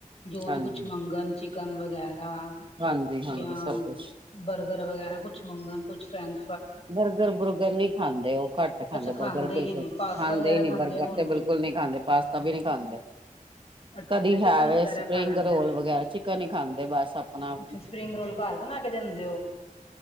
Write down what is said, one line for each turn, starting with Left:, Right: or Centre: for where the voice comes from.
Left: ਜੋ
Right: ਹਾਂਜੀ
Left: ਵੀ ਕੁਛ ਮੰਗਣ ਚਿ ਚਿਕਨ ਵਗੈਰਾ
Right: ਹਾਂਜੀ ਹਾਂਜੀ
Left: ਜਾਂ
Right: ਸਭ ਕੁਛ
Left: ਬਰਗਰ ਵਗੈਰਾ ਕੁਛ ਮੰਗਣ ਕੁਛ ਫਰੈਂਡ
Right: ਬਰਗਰ ਬੁਰਗਰ ਨਹੀ ਖਾਂਦੇ ਉਹ, ਘੱਟ ਖਾਂਦੇ
Left: ਅੱਛਾ
Right: ਬਰਗਰ ਬਿਲਕੁਲ,
Left: ਹੀ ਨੀ ਪਾਸਤਾ
Right: ਖਾਂਦੇ
Left: ਵਗੈਰਾ
Right: ਹੀ ਨੀ ਬਰਗਰ
Left: ਹੋਣਗੇ
Right: ਤੇ ਬਿਲਕੁਲ ਨੀ ਸਾਡੇ ਪਾਸਤਾ ਵੀ ਨਹੀ ਖਾਂਦੇ।
Left: ਅੱਛਾ
Right: ਕਦੀ
Left: ਚਿਕਨ
Right: ਹੈਵੇ
Left: ਵਗੈਰਾ
Right: ਸਪਰਿੰਗ
Left: ਖਾ ਲੈਂਦੇ
Right: ਰੋਲ
Left: ਹੋਣੇ
Right: ਵਗੈਰਾ
Left: ਨਾ,
Right: ਚਿਕਨ ਹੀ ਖਾਂਦੇ ਬਸ ਆਪਣਾ
Left: ਅੱਛਾ ਸਪਰਿੰਗ ਰੋਲ ਘਰ ਬਣਾ ਕੇ ਦਿੰਦੇ ਔ।